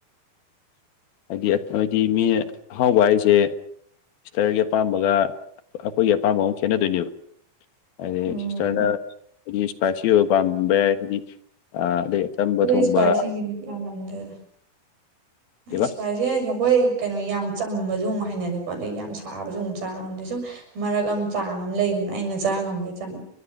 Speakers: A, on the left (about 80°); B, on the right (about 75°).
A: ꯍꯥꯏꯗꯤ ꯍꯥꯏꯗꯤ ꯃꯤꯅ ꯑꯍꯥꯎꯕ ꯍꯥꯏꯁꯦ ꯁꯤꯁꯇꯔꯒꯤ ꯑꯄꯥꯝꯕꯒ ꯑꯩꯈꯣꯏꯒꯤ ꯑꯄꯥꯝꯕ ꯑꯃ ꯈꯦꯠꯅꯗꯣꯏꯅꯦꯕ ꯍꯥꯏꯗꯩ
B: ꯎꯝ
A: ꯁꯤꯁꯇꯔꯅ ꯍꯥꯏꯗꯤ ꯏꯁꯄꯥꯏꯁꯤ ꯑꯣꯏꯕ ꯄꯥꯝꯕ ꯌꯥꯏ ꯍꯥꯏꯗꯤ ꯑꯗꯩ ꯑꯆꯝꯕ ꯊꯣꯡꯕ
B: ꯏꯁꯄꯥꯏꯁꯤ ꯀꯅꯤ ꯄꯥꯝꯗꯦꯗ
A: ꯀꯩꯕ
B: ꯏꯁꯄꯥꯏ ꯁꯤ ꯍꯥꯏꯁꯦ ꯑꯩꯈꯣꯏ ꯀꯩꯅꯣ ꯌꯥꯝ ꯆꯝꯕꯁꯨ ꯑꯃꯨꯛ ꯍꯩꯅꯗꯦꯀꯣ ꯑꯗꯩ ꯌꯥꯝ ꯁꯥꯕꯁꯨ ꯑꯃꯨꯛ ꯆꯥ ꯉꯝꯗꯦ ꯁꯨꯝ ꯃꯔꯛ ꯑꯃ ꯆꯥꯡ ꯑꯃ ꯂꯩꯗꯅ ꯑꯩꯅ ꯆꯥ ꯉꯝꯕꯩ ꯆꯥꯡ